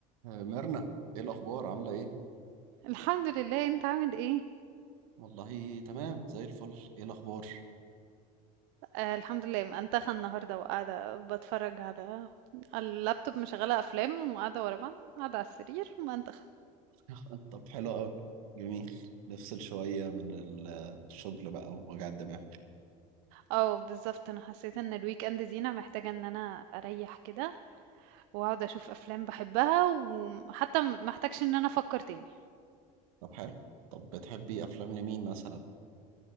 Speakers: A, on the right (about 85°); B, on the right (about 70°).
A: آه، ميرنا ايه الاخبار عامله ايه
B: الحمد لله انت عامل ايه
A: والله تمام زي الفل ايه الاخبار
B: آه الحمد لله منتخه النهارده وقاعده بتفرج على اللابتوب مشغله افلام وقاعده ورا بعض قاعده على السرير منتخه
A: <laughs> طب حلو قوي جميل نفصل شويه من ال- الشغل بقى ووجع الدماغ
B: اه بالظبط انا حسيت ان الويك اند دي انا محتاجه ان انا اريح كده واقعد اشوف افلام بحبها وحتى م- محتاجش ان انا افكر تاني
A: طب حلو طب بتحبي افلام لمين مثلا